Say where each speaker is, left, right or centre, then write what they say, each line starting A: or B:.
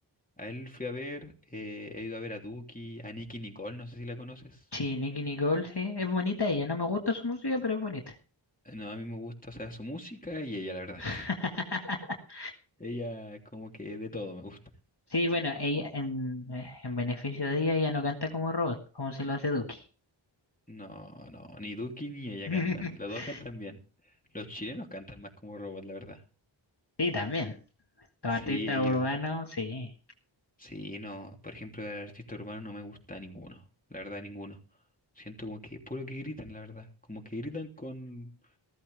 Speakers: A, on the left; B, on the left.
A: A él fui a ver, eh, he ido a ver a Duki, a Nicki Nicole, no sé si la conoces.
B: Sí, Nicki Nicole, sí. Es bonita ella. No me gusta su música, pero es bonita.
A: S- No, a mí me gusta, o sea, su música y ella, la verdad.
B: <laughs>
A: <laughs> Ella como que de todo me gusta.
B: Sí, bueno, ella, en, eh, en beneficio de ella, ella no canta como robot, como se lo hace Duki.
A: No, no, ni Duki ni ella
B: <laughs>
A: cantan, los dos cantan bien. Los chilenos cantan más como robot, la verdad.
B: Sí, también. Los
A: Sí,
B: artistas
A: ellos,
B: urbanos, sí.
A: sí, no, por ejemplo, del artista urbano no me gusta ninguno, la verdad, ninguno. Siento como que puro que gritan, la verdad, como que gritan con,